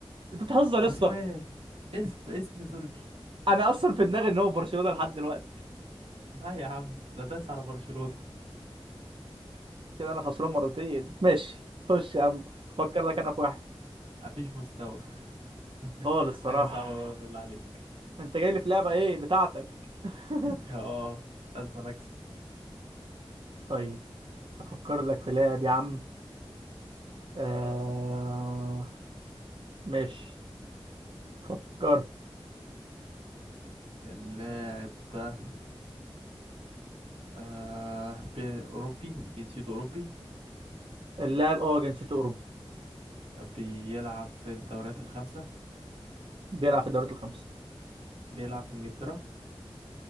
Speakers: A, on the right; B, on the right.
A: انت بتهزر يا
B: عثمان
A: اسطى
B: اسم اسم تركي
A: انا اصلا في دماغي ان هو برشلونة لحد دلوقتي
B: لا يا عم ده داس على برشلونة
A: كده انا خسران مرتين ماشي خش يا عم فكر لك
B: <laughs>
A: انا في واحد
B: مفيش مستوى <laughs>
A: خالص الصراحة
B: حاجة صعبة بقى بالله عليك
A: انت جاي لي في لعبة ايه بتاعتك <laughs>
B: <laughs> اه لازم اكسب
A: طيب افكر لك في لعب يا عم آه... ماشي فكر
B: اللاعب ده آه بأوروبي جنسيته أوروبي
A: اللاعب اه جنسيته اوروبي
B: بيلعب في الدوريات الخمسة
A: بيلعب في الدوريات الخمسة
B: بيلعب في إنجلترا